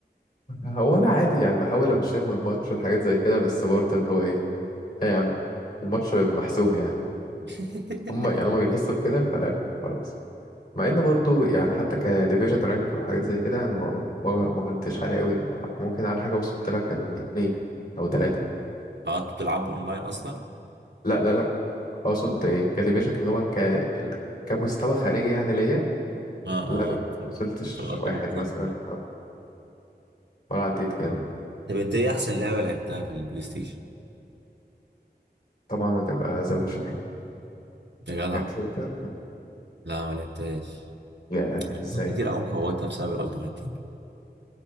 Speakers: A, on the left; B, on the right.
A: <laughs> هو انا عادي يعني بحاول ابشر من الماتش وحاجات زي كده بس برضه اللي هو ايه ايه يا عم الماتش هيبقى محسوم يعني
B: <laughs>
A: هم يعني هم بيحسوا بكده فلا خلاص مع ان برضه يعني حتى كديفيجن رانك وحاجات زي كده يعني ما ما ما كنتش عالي قوي ممكن على حاجه وصلت لها كان اتنين او تلاته
B: اه انت بتلعب اونلاين اصلا
A: لا لا لا اقصد كديفيجن اللي هو ك كمستوى خارجي يعني ليا
B: اه
A: لا انا
B: اه
A: كنت وصلتش
B: في الالتيميت
A: واحد مثلا
B: تيم
A: ولا عديت كده
B: طب انت ايه احسن لعبه لعبتها في البلاي ستيشن
A: طبعا هتبقى ذا ويتشر
B: يا جدع
A: لعبت ذا ويتشر
B: لا ما لعبتهاش
A: يا
B: انا كنت
A: ازاي
B: كتير قوي مفوتها بسبب الالتيميت تيم